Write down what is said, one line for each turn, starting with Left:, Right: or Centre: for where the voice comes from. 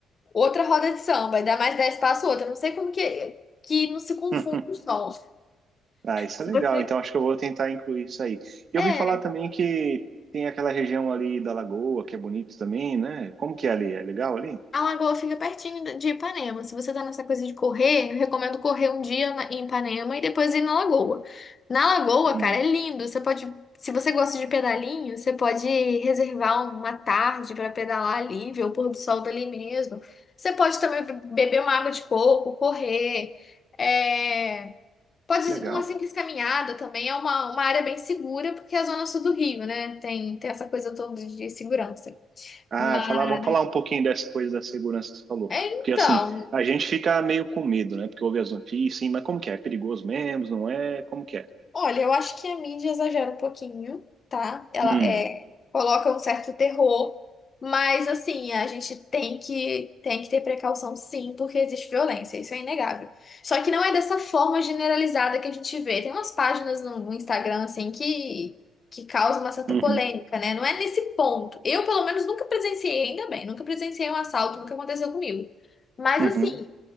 Left: outra roda de samba, e dá mais 10 passos outra. Não sei como que, que não se confunde
Right: <laughs>
Left: o som.
Right: Ah, isso
Left: Se
Right: é legal.
Left: Você...
Right: Então acho que eu vou tentar incluir isso aí. E
Left: É.
Right: eu ouvi falar também que tem aquela região ali da Lagoa, que é bonito também, né? Como que é ali? É legal ali?
Left: A lagoa fica pertinho de Ipanema. Se você tá nessa coisa de correr, eu recomendo correr um dia na- em Ipanema e depois ir na lagoa. Na lagoa,
Right: Hum,
Left: cara, é lindo. Você pode, se você gosta de pedalinho, você pode reservar uma tarde pra pedalar ali, ver o pôr do sol dali mesmo. Você pode também beber uma água de coco, correr. É, Pode
Right: que legal.
Left: uma simples caminhada também. É uma, uma área bem segura, porque é a zona sul do Rio, né? Tem, tem essa coisa toda de segurança.
Right: Ah,
Left: Mas,
Right: falar, vamos falar um pouquinho dessa coisa da segurança que você falou.
Left: então.
Right: Porque assim, a gente fica meio com medo, né? Porque ouve as notícias, sim, mas como que é? É perigoso mesmo, não é? Como que é?
Left: Olha, eu acho que a mídia exagera um pouquinho, tá? Ela
Right: Hum,
Left: é, coloca um certo terror, mas assim, a gente tem que, tem que ter precaução sim, porque existe violência, isso é inegável. Só que não é dessa forma generalizada que a gente vê. Tem umas páginas no, no Instagram assim que, que causam uma certa
Right: uhum,
Left: polêmica, né? Não é nesse ponto. Eu, pelo menos, nunca presenciei, ainda bem, nunca presenciei um assalto, nunca aconteceu comigo. Mas
Right: uhum,
Left: assim.